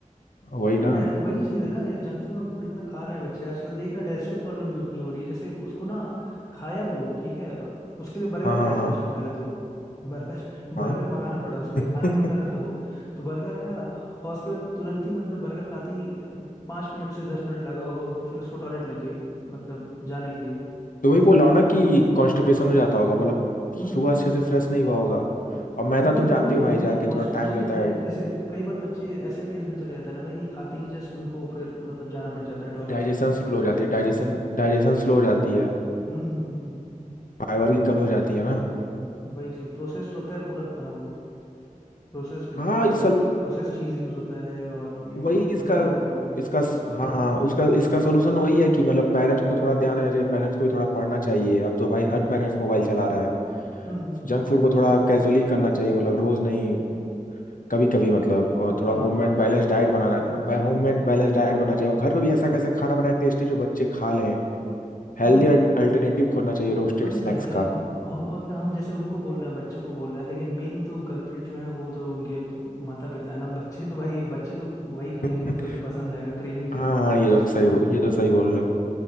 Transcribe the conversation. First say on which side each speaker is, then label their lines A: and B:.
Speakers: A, on the left; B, on the left.
A: वही
B: अरे
A: ना
B: डाइ- वही चीज है ना यार जंक फूड फूड इतना खा रहे हैं बच्चे आजकल देख रहे हैं डाइजेस्टिव प्रॉब्लम भी उतनी हो रही है जैसे उसको ना खाया वो ठीक है उसके लिए बर्गर
A: हाँ हाँ
B: आया स्पेशली
A: हाँ
B: पहले तो बर्गर बर्गर
A: हाँ
B: <laughs> मंगाना पड़ा उसके
A: <laughs>
B: लिए खाना ही नहीं खा रहा था वो तो बर्गर आया और उसके बाद तुरंत ही मतलब बर्गर खाते ही अ, पाँच मिनट से दस मिनट लगा होगा फिर उसको टॉयलेट लग गई मतलब जाने के लिए
A: तो वही बोल रहा हूँ ना कि कॉन्स्टिपेशन हो जाता होगा मतलब
B: हम्म
A: सुबह अच्छे से फ्रेश नहीं हुआ होगा और मैदा
B: नहीं
A: तुम
B: वो
A: जानते
B: भी है
A: हो भाई
B: वो भी
A: जाके
B: है कॉन्स्टिपेशन
A: थोड़ा टाइम लेता
B: तो है
A: है
B: ही जैसे कई बार बच्चे ऐसे फेज में चले जाते हैं ना भाई कि खाते ही जस्ट उनको फिर मतलब जाना पड़ जाता है टॉयलेट
A: डाइजेशन
B: टॉयलेट
A: स्लो हो
B: यूज
A: जाती
B: करना
A: है डाइजेशन
B: पड़ता है
A: डाइजेशन स्लो हो जाती है
B: हम्म हम्म,
A: फाइबर की कमी हो जाती है ना
B: हम्म, वही चीज प्रोसेस होता है पूरा खाना वो प्रोसेस ये
A: हाँ इस सलू
B: प्रोसेस चीज यूज होता है और ये
A: वही
B: कुरकुरे
A: इसका
B: वगैरह में भी
A: इसका हाँ हाँ उसका इसका सोल्यूशन वही है कि मतलब पेरेंट्स को थोड़ा ध्यान देना चाहिए पेरेंट्स को भी थोड़ा पढ़ना चाहिए अब तो भाई
B: हम्म
A: हर
B: हम्म
A: पेरेंट्स मोबाइल चला रहा है
B: हम्म हम्म, हम्म, हम्म,
A: जंक
B: हम्म,
A: फूड को थोड़ा कैजुअली करना चाहिए मतलब रोज नहीं कभी कभी मतलब और थोड़ा
B: कम
A: होममेड
B: हाँ
A: बैलेंस
B: वही चीज
A: डाइट
B: है
A: बनाना
B: कम रखना
A: होममेड
B: चाहिए
A: बैलेंस डाइट बनाना चाहिए और घर पे भी ऐसा कैसे खाना बनाए टेस्टी जो बच्चे खा लें हेल्दी
B: हम्म हम्म,
A: अल्टरनेटिव खोजना चाहिए रोस्टेड
B: वही
A: स्नैक्स
B: चीज है ना यार
A: का
B: हम मतलब हम जैसे उनको बोल रहे हैं बच्चों को बोल रहे हैं लेकिन मेन तो कल्प्रिट जो है वो तो उनके माता पिता है ना बच्चे तो भाई बच्चे तो वही खाएंगे
A: <laughs>
B: उनको जो पसंद आएगा क्रेविंग जिस
A: हाँ
B: जिस
A: ये
B: चीज
A: तो
B: की
A: सही
B: उनको
A: बो-
B: होगी
A: ये तो सही बोल रहे हो